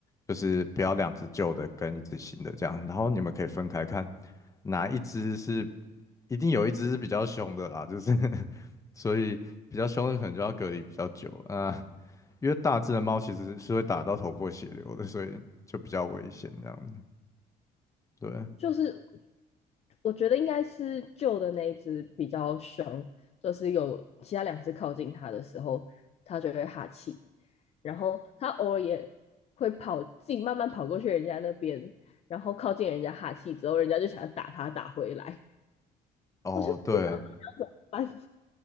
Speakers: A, on the left; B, on the left.
A: 就是不要两只旧的跟一只新的这样，然后你们可以分开看哪一只是一定有一只是比较凶的啦，就是 <laughs> 所以比较凶的可能就要隔离比较久啊、呃因为大只的猫其实是会打到头破血流的，所以就比较危险这样子。对，
B: 就是我觉得应该是旧的那一只比较凶，就是有其他两只靠近它的时候，它就会哈气，然后它偶尔也会跑，自己慢慢跑过去人家那边，然后靠近人家哈气之后，人家就想要打它打回来，
A: 哦，
B: 我就不知道到要怎么办。
A: 对。